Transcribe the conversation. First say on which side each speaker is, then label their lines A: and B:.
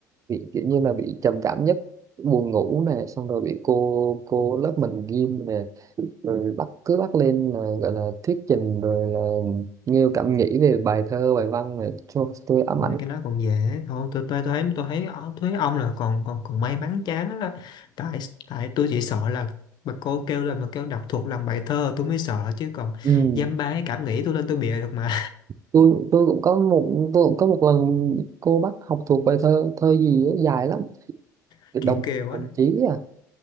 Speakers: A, on the right; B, on the left.
A: bị kiểu như là bị trầm cảm nhất buồn ngủ nè xong rồi bị cô cô lớp mình ghim nè rồi bắt cứ bắt lên là gọi là thuyết trình rồi là nêu cảm nghĩ về bài thơ bài văn này cho tôi ám
B: ôi,
A: ảnh
B: cái nó còn về ấy. thôi tôi tôi tôi thấy tôi thấy ông thấy ông là còn còn còn may mắn chán á tại tại tôi chỉ sợ là bà cô kêu là mà kêu đọc thuộc lòng bài thơ tôi mới sợ chứ còn
A: ừ.
B: dăm ba cái cảm nghĩ tôi lên tôi bịa được mà
A: tôi tôi cũng có một tôi cũng có một lần cô bắt học thuộc bài thơ thơ gì á, dài lắm
B: <laughs>
A: đồng
B: chuyện kiều
A: đồng
B: á
A: chí à